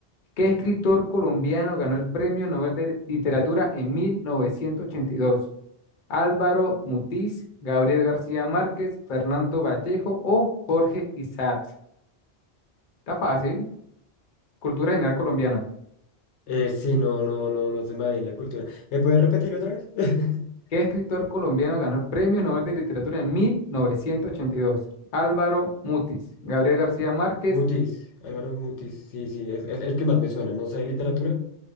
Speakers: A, on the left (about 50°); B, on the left (about 80°).
A: ¿Qué escritor colombiano ganó el Premio Nobel de Literatura en 1982? Álvaro Mutis, Gabriel García Márquez, Fernando Vallejo o Jorge Isaacs. Está fácil. Cultura general colombiana.
B: Eh, sí, no, no, no, no se me va bien la cultura. ¿Me puedes repetir otra vez? <laughs>
A: ¿Qué escritor colombiano ganó el Premio Nobel de Literatura en 1982? Álvaro Mutis, Gabriel García Márquez.
B: Mutis, Álvaro Mutis, sí, sí, es, es el que más me suena. No sé de literatura,